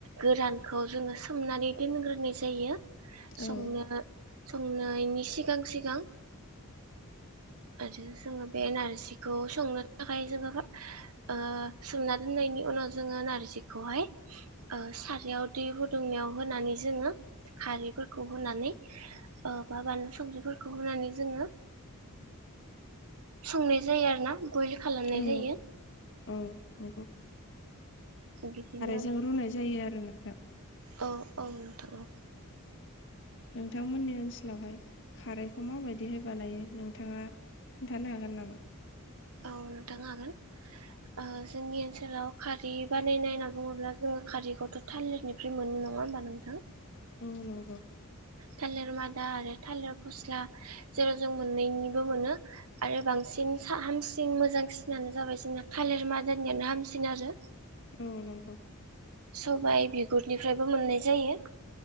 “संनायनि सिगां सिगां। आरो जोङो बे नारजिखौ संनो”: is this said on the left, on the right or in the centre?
Right